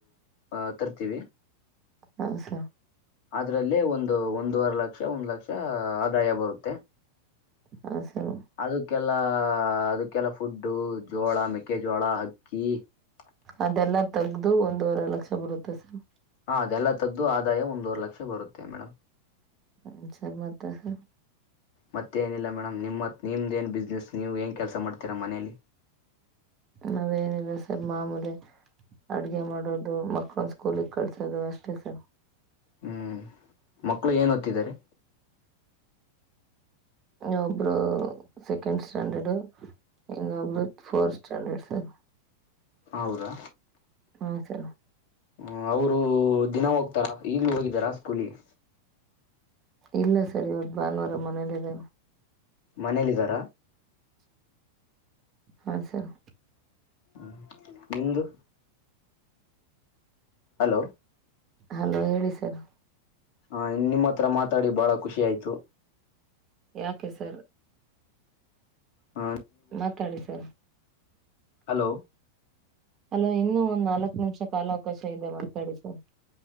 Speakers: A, on the left; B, on the right.
A: ಅ ತರ್ತೀವಿ.
B: ಹ ಸ
A: ಅದ್ರಲ್ಲಿ ಒಂದು ಒಂದೂವರೆ ಲಕ್ಷ ಒಂದ್ ಲಕ್ಷ ಆದಾಯ ಬರುತ್ತೆ.
B: ಹಾ ಸರ್
A: ಅದಕ್ಕೆಲ್ಲಾ ಅದಕ್ಕೆಲ್ಲ ಫುಡ್ಡು ಜೋಳ ಮೆಕ್ಕೆಜೋಳ ಹಕ್ಕ್ <unintelligible>
B: ಅದೆಲ್ಲಾ ತಗ್ದು ಒಂದೂವರೆ ಲಕ್ಷ ಬರುತ್ತೆ ಸರ್.
A: ಹ ಅದೆಲ್ಲ ತೆಗ್ದು ಆದಾಯ ಒಂದುವರೆ ಲಕ್ಷ ಬರುತ್ತೆ ಮೇಡಮ್.
B: ಹ ಸರ್ ಮತ್ತ ಸರ್.
A: ಮತ್ತೆನಿಲ್ಲ ಮೇಡಮ್ ನಿಮ್ತ್ ನಿಮ್ಮ್ದೇನ್ ಬಿಸ್ನೆಸ್ ನೀವ್ ಏನ್ ಕೆಲಸ ಮಾಡ್ತೀರಾ ಮನೆಲಿ.
B: ನಾವೇನಿಲ್ಲ ಸರ್ ಮಾಮೂಲಿ ಅಡ್ಗೆ ಮಾಡೋದು ಮಕ್ಕ್ಳನ್ ಸ್ಕೂಲ್ಗ್ ಕಳ್ಸೋದು ಅಷ್ಟೇ ಸರ್.
A: ಹ್ಮ್ ಮಕ್ಳು ಏನ್ ಒತ್ತಿದ್ದಾರೆ.
B: ಇನ್ನೊಬ್ರು ಸೆಕೆಂಡ್ ಸ್ಟ್ಯಾಂಡರ್ಡ್ ಇನ್ನೊಬ್ರು ಫೋರ್ತ್ ಸ್ಟ್ಯಾಂಡರ್ಡ್ ಸರ್.
A: ಹೌದಾ?
B: ಹಾ ಸರ್.
A: ಹ್ಮ ಅವರು ದಿನ ಹೋಗ್ತಾರ ಈಗ್ಲು ಹೋಗಿದಾರಾ ಸ್ಕೂಲಿಗೆ.
B: ಇಲ್ಲ ಸರ್ ಇವತ್ತು ಭಾನುವಾರ ಮನೇಲಿದಾರೆ.
A: ಮನೇಲಿದ್ದಾರಾ?
B: ಹಾ ಸರ್.
A: ಹ್ಮ ನಿಮ್ದು? ಹಲೋ
B: ಹಲೋ ಹೇಳಿ ಸರ್.
A: ಹಾ ನಿಮ್ಮತ್ರ ಮಾತಾಡಿ ಬಹಳ ಖುಷಿ ಆಯ್ತು.
B: ಯಾಕೆ ಸರ್?
A: ಹಾ
B: ಮಾತಾಡಿ ಸರ್.
A: ಹಲೋ
B: ಹಲೋ ಇನ್ನು ಒಂದ್ ನಾಲಕ್ ನಿಮಿಷ ಕಾಲಾವ್ಕಾಶ ಇದೆ ಮಾತಾಡಿ ಸರ್.